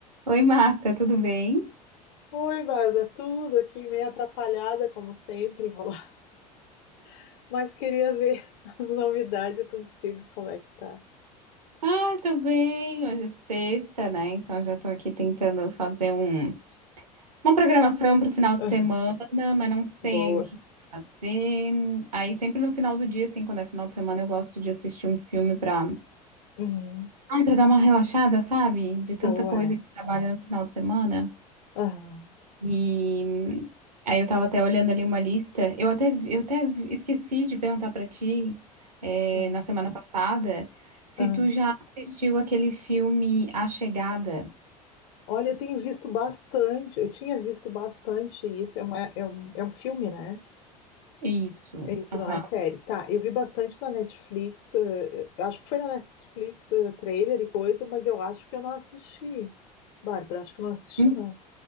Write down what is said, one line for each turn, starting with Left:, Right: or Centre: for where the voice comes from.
Right: Oi, Marta, tudo bem?
Left: Oi, Bárbara, tudo aqui meio atrapalhada, como sempre, enrolar. <laughs> Mas queria ver as novidades contigo, como é que tá?
Right: Ah, tô bem. Hoje é sexta, né? Então já tô aqui tentando fazer um, uma programação para o final de
Left: Aham,
Right: semana, mas não sei
Left: Boa.
Right: ainda o que que eu vou fazer. Aí sempre no final do dia, assim, quando é final de semana, eu gosto de assistir um filme para,
Left: Uhum.
Right: ai, para dar uma relaxada, sabe? De tanta
Left: Boa,
Right: coisa
Left: é.
Right: que trabalha no final de semana.
Left: Aham,
Right: E hum, aí eu tava até olhando ali uma lista. Eu até, eu até esqueci de perguntar pra ti, eh,
Left: aham,
Right: na semana passada, se
Left: aham.
Right: tu já assistiu aquele filme A Chegada.
Left: Olha, eu tenho visto bastante, eu tinha visto bastante isso, é, uma- é um, é um filme, né?
Right: Isso.
Left: É Isso
Right: Aham.
Left: não é série. Tá, eu vi bastante na Netflix, eh, eu acho que foi na Netflix, eh, trailer e coisa, mas eu acho que eu não assisti. Bárbara, acho que eu não assisti,
Right: Hum,
Left: não.